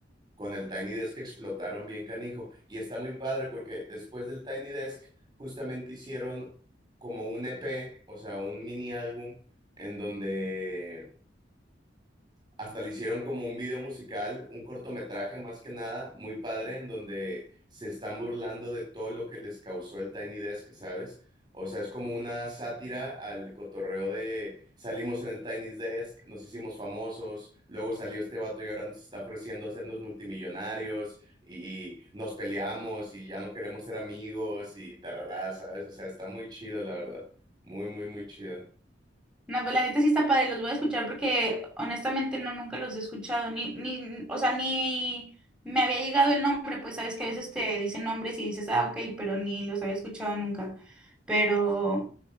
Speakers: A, on the right (about 25°); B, in the centre.
A: con el Tiny Desk explotaron bien canijo. Y está muy padre porque después del Tiny Desk justamente hicieron como un EP, o sea, un mini álbum en donde hasta le hicieron como un video musical, un cortometraje más que nada, muy padre, en donde se están burlando de todo lo que les causó el Tiny Desk, ¿sabes? O sea, es como una sátira al cotorreo de salimos en el Tiny Desk, nos hicimos famosos, luego salió este vato y ahora nos está ofreciendo hacernos multimillonarios y nos peleamos y ya no queremos ser amigos y tarará, ¿sabes? O sea, está muy chido, la verdad. Muy, muy, muy chido.
B: No, pues la neta sí está padre, los voy a escuchar porque honestamente no, nunca los he escuchado, ni, ni, o sea, ni me había llegado el nombre, pues sabes que a veces te dicen nombres y dices, ah, ok, pero ni los había escuchado nunca. Pero,